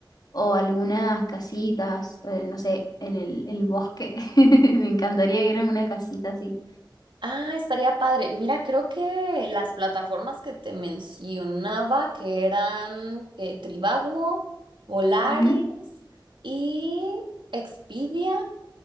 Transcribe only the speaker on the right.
Ah, estaría padre. Mira, creo que las plataformas que te mencionaba, que eran que Trivago, Volaris
y Expedia,